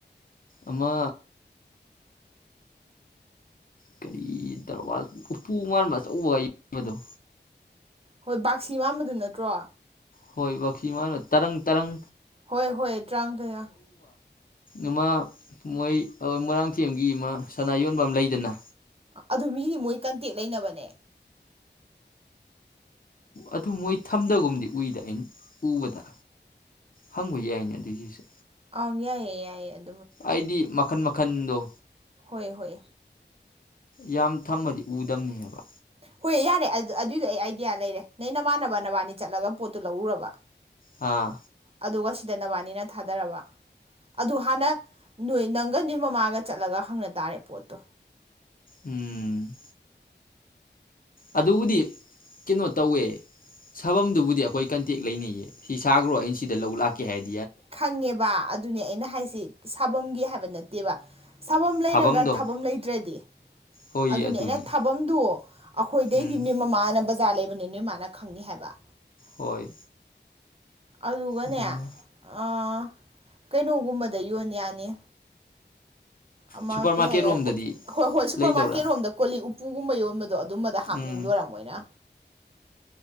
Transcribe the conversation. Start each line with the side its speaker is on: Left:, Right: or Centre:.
Left: ꯑꯃ ꯀꯔꯤ ꯗꯔꯕꯥꯖ ꯎꯄꯨ ꯃꯥꯟꯕ ꯑ ꯇꯧꯕ ꯌꯕꯗꯣ
Right: ꯍꯣꯏ ꯕꯥꯛꯁꯤ ꯃꯥꯟꯕꯗꯨ ꯅꯠꯇ꯭ꯔꯣ
Left: ꯍꯣꯏ ꯈ ꯃꯥ ꯇꯔꯪ ꯇꯔꯪ
Right: ꯍꯣꯏ ꯍꯣꯏ ꯇ꯭ꯔꯥꯡꯒꯌꯥ
Left: ꯑꯃꯃ ꯃꯣꯏ ꯑꯩꯣꯏ ꯃꯣꯏꯔꯥꯡꯊꯦꯝꯒꯤ ꯑꯃ ꯁꯅꯥ ꯌꯣꯟꯕ ꯑꯃ ꯂꯩꯗꯅ
Right: ꯑꯗꯨ ꯃꯤꯒꯤ ꯃꯣꯏ ꯀꯟꯇꯦꯛ ꯂꯩꯅꯕꯅꯦ
Left: ꯑꯗꯨ ꯃꯣꯏ ꯊꯝꯗꯒꯨꯝꯗꯤ ꯎꯏꯗ ꯑꯩꯅ ꯎꯕꯗ ꯍꯪꯕ ꯌꯥꯏꯅꯦ ꯑꯗꯨꯏꯒꯤꯁꯨ
Right: ꯑ ꯌꯥꯏꯑꯌꯦ ꯌꯥꯏꯑꯌꯦ ꯑꯗꯨ
Left: ꯑꯩꯗꯤ ꯃꯈꯟ ꯃꯈꯜ ꯈꯟꯗꯣ
Right: ꯍꯣꯏ ꯍꯣꯏ
Left: ꯌꯥꯝ ꯊꯝꯃꯗꯤ ꯎꯗꯕꯅꯦ ꯍꯥꯏꯕ
Right: ꯍꯣꯏ ꯌꯥꯔꯦ ꯑꯗꯨ ꯑꯗꯨꯏꯗꯣ ꯑꯩ ꯑꯥꯏꯗꯤꯌꯥ ꯂꯩꯔꯦ ꯅꯪ ꯅꯃꯥꯟꯅꯕ ꯅꯕꯥꯅꯤ ꯆꯠꯂꯒ ꯄꯣꯠꯇꯨ ꯂꯧꯔꯨꯔꯕ
Left: ꯑꯥ
Right: ꯑꯗꯨꯒ ꯁꯤꯗ ꯅꯕꯥꯅꯤꯅ ꯊꯥꯗꯔꯕ ꯑꯗꯨ ꯍꯥꯟꯅ ꯅꯣꯏ ꯅꯪꯒ ꯅꯣꯏ ꯃꯃꯥꯒ ꯆꯠꯂꯒ ꯍꯪꯅ ꯇꯥꯔꯦ ꯄꯣꯠꯇꯣ
Left: ꯎꯝ ꯑꯗꯨꯕꯨꯗꯤ ꯀꯩꯅꯣ ꯇꯧꯋꯦ ꯁꯥꯐꯝꯗꯨꯕꯨꯗꯤ ꯑꯩꯈꯣꯏ ꯀꯟꯇꯦꯛ ꯂꯩꯅꯩꯌꯦ ꯁꯤ ꯁꯥꯈ꯭ꯔꯣ ꯑꯩꯅ ꯁꯤꯗ ꯂꯧ ꯂꯥꯛꯀꯦ ꯍꯥꯏꯗꯤ
Right: ꯈꯪꯉꯦꯕ ꯑꯗꯨꯅꯦ ꯑꯩꯅ ꯍꯥꯏꯁꯤꯦ ꯊꯥꯐꯝꯒꯤ ꯍꯥꯏꯕ ꯅꯠꯇꯦꯕ ꯁꯥꯐꯝ ꯂꯩꯔꯒ
Left: ꯊꯥꯐꯝꯗꯣ
Right: ꯊꯥꯐꯝ ꯂꯩꯇ꯭ꯔꯗꯤ
Left: ꯍꯣꯏ
Right: ꯑꯗꯨꯅꯦ
Left: ꯑꯗꯨꯅꯤ
Right: ꯑꯩꯅ ꯊꯥꯐꯝꯗꯨꯣ ꯑꯩꯈꯣꯏꯗꯩꯗꯤ
Left: ꯎꯝ
Right: ꯅꯤ ꯃꯃꯥꯟꯅꯕ ꯖꯥ ꯂꯩꯕꯅꯤ ꯅ ꯃꯥꯅ ꯈꯪꯅꯤ ꯍꯥꯏꯕ
Left: ꯍꯣꯏ
Right: ꯑꯗꯨꯒꯅꯦ
Left: ꯑꯗꯨꯃ
Right: ꯑꯥ ꯀꯩꯅꯣꯒꯨꯝꯕꯗ ꯌꯣꯟ ꯌꯥꯅꯤ ꯑꯃ
Left: ꯁꯨꯄꯔ
Right: ꯀꯩ
Left: ꯃꯥꯔꯀꯦꯠ
Right: ꯍꯥꯏꯒꯔꯦ
Left: ꯔꯣꯝꯗꯗꯤ
Right: ꯍꯣꯏ ꯍꯣꯏ ꯁꯨꯄꯔ
Left: ꯂꯩꯗꯧꯔꯥ
Right: ꯃꯥꯔꯀꯦꯠ ꯔꯣꯝꯗ ꯀꯣꯂꯤꯛ ꯎꯞ ꯄꯨꯒꯨꯝꯕ ꯌꯣꯟꯕꯗ ꯑꯗꯨ ꯑꯗꯨꯝꯕꯗ ꯍꯥꯞꯅꯤꯡꯗꯣꯏꯔꯝꯃꯣꯏꯅ
Left: ꯎꯝ